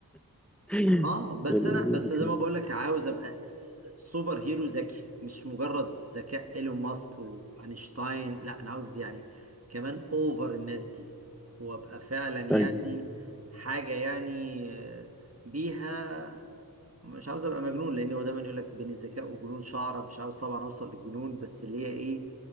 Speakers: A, in the centre; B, on the right.
A: <laughs> يعني
B: اه بس
A: أمنية
B: انا بس
A: ذكية
B: زي ما بقول لك عاوز ابقى س- سوبر هيرو ذكي مش مجرد ذكاء ايلون ماسك واينشتاين لا انا عاوز يعني كمان اوفر الناس دي وابقى فعلا يعني
A: أيوه
B: حاجة يعني آه، بيها مش عاوز ابقى مجنون لان هو دايما يقول لك بين الذكاء والجنون شعره مش عاوز طبعا اوصل للجنون بس اللي هي ايه